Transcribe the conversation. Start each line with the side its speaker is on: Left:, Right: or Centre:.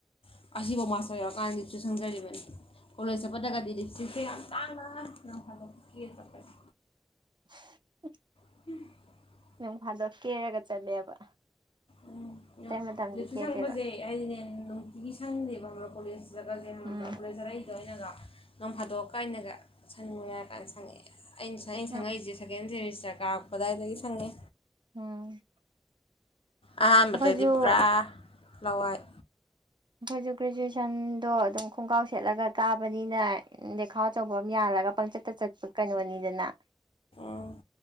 Left: <unintelligible> ꯀꯣꯂꯦꯖ ꯆꯠꯄꯗꯒꯗꯤ ꯂꯤꯞꯇꯤꯞꯁꯦ ꯌꯥꯝ ꯇꯥꯡꯅ ꯅꯣꯡꯐꯗꯣꯛ ꯀꯦꯔ ꯆꯠꯄꯖꯦ
Right: <unintelligible>
Left: <unintelligible>
Right: ꯅꯣꯡꯐꯥꯗꯣꯛ ꯀꯦꯔꯒ ꯆꯠꯂꯦꯕ
Left: ꯎꯝ ꯑꯗꫭ
Right: ꯑꯇꯩ ꯃꯇꯝꯗꯤ
Left: ꯂꯤꯞꯁꯇꯤꯞ
Right: ꯀꯦꯗꯦꯕ
Left: ꯁꯪꯕꯖꯦ ꯍꯥꯏꯗꯤꯅꯦ ꯅꯨꯡꯇꯤꯒꯤ ꯁꯪꯗꯦꯕ ꯀꯣꯂꯦꯖ
Right: ꯎꯝ
Left: <unintelligible> ꯗꯣꯑꯩꯅꯒ ꯅꯣꯡ ꯐꯥꯗꯣꯛꯀ ꯑꯩꯅꯒ ꯁꯪꯅꯤꯡꯉꯦ ꯍꯥꯏꯔ ꯀꯥꯟ ꯁꯪꯉꯛꯑꯦ ꯑꯩꯅ ꯁꯪ ꯑꯩꯅ
Right: ꯎꯝ
Left: ꯁꯪꯉꯛꯏꯁꯦ ꯁꯦꯀꯦꯟ ꯁꯦꯃꯤꯁꯇꯔ ꯀꯥꯔꯛꯄ ꯑꯗꯥꯏꯗꯒꯤ ꯁꯪꯉꯦ
Right: ꯎꯝ
Left: ꯑꯍꯥꯟꯕꯗꯗꯤ
Right: ꯑꯩꯈꯣꯏꯁꯨ
Left: ꯄꯨꯔꯥ ꯂꯋꯥꯏ
Right: ꯑꯩꯈꯣꯏꯖꯨ ꯒ꯭ꯔꯦꯖꯨꯑꯦꯁꯟꯗꯣ ꯑꯗꯨꯝ ꯈꯣꯡꯒ꯭ꯔꯥꯎ ꯁꯦꯠꯂꯒ ꯀꯥꯕꯅꯤꯅ ꯂꯩꯈꯥꯎ ꯑꯆꯧꯕ ꯑꯝ ꯌꯥꯜꯂꯒ ꯄꯪꯆꯠ ꯇꯆꯠꯄ ꯀꯩꯅꯣꯅꯤꯗꯅ
Left: ꯎꯝ